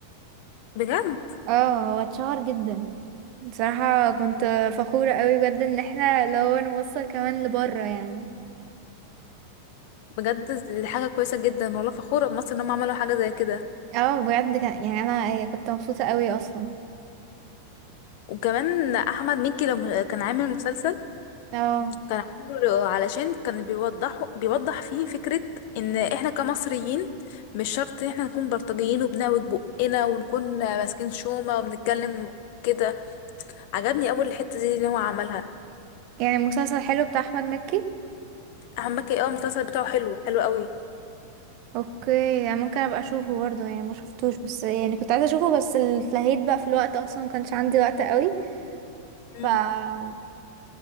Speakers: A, on the left; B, on the right.
A: بجد
B: اه هو اتشهر جدا بصراحة كنت فخورة قوي بجد ان احنا لو نوصل كمان لبره يعني
A: بجد دي حاجه كويسه جدا والله فخوره بمصر ان هم عملوا حاجه زي كده
B: اه بجد كان يعني انا إيه، كنت مبسوطة قوي اصلا
A: وكمان احمد مكي لما كان عامل مسلسل
B: اه
A: كان عامله علشان كان بيوضحوا بيوضح فيه فكره ان احنا كمصريين مش شرط ان احنا نكون بلطجيين وبنعوج بقنا ونكون ماسكين شومه وبنتكلم كده عجبني اول الحته دي اللي هو عملها
B: يعني المسلسل حلو بتاع احمد مكي
A: احمد مكي اول المسلسل بتاعه حلو حلو قوي
B: اوكي يعني ممكن ابقى اشوفه برضه يعني ما شفتوش بس يعني كنت عايزة اشوفه بس اتلهيت بقى في الوقت اصلا ما كانش عندي وقت قوي ف
A: مم.